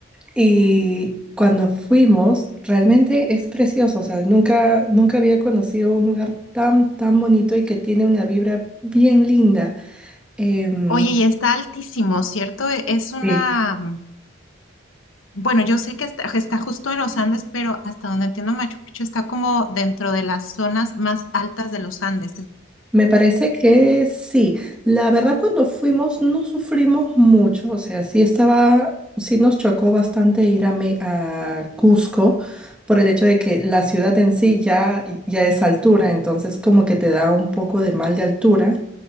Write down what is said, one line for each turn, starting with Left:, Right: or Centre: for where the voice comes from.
Centre: Y cuando fuimos, realmente es precioso, o sea, nunca, nunca había conocido un lugar tan, tan bonito y que tiene una vibra bien linda. Em,
Left: Oye, y está altísimo, ¿cierto? E- Es una,
Centre: Sí.
Left: mm, bueno, yo sé que está, está justo en los Andes, pero hasta donde entiendo Machu Picchu está como dentro de las zonas más altas de los Andes. Es-
Centre: me parece que sí. La verdad, cuando fuimos no sufrimos mucho, o sea, sí estaba, sí nos chocó bastante ir a, Me- a Cusco por el hecho de que la ciudad en sí ya, ya es altura, entonces como que te da un poco de mal de altura.